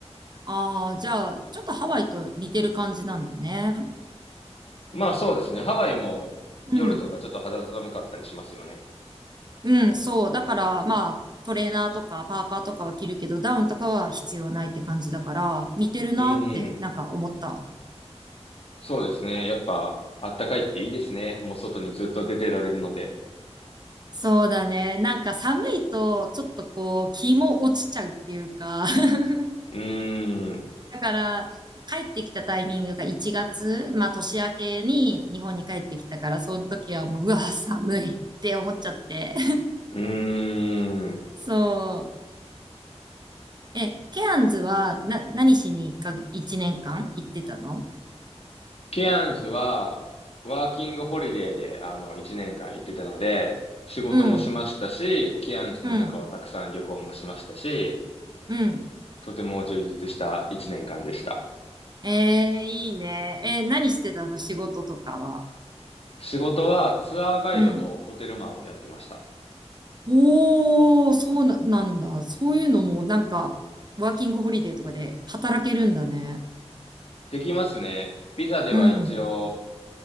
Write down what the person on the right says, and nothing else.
ああ、じゃあ、ちょっとハワイと似てる感じなんだね。
うん。うん、そう。だから、まあ、トレーナーとかパーカーとかは着るけど、ダウンとかは必要ないって感じだから、似てるなって、
なんか思った。
そうだね。なんか寒いと、ちょっとこう、気も落ちちゃうっていうか。<laughs>
だから、帰ってきたタイミングが1月、まあ年明けに日本に帰ってきたから、その時はもう、うわ、寒いって思っちゃって。
<laughs> そう。え、ケアンズは、な、何しにいっか、1年間行ってたの
うん、
うん、うん。
ええ、いいね。えー、何してたの仕事とかは。
うん。おー、そうな、なんだ。そういうのも、なんか、ワーキングホリデーとかで働けるんだね。
うん。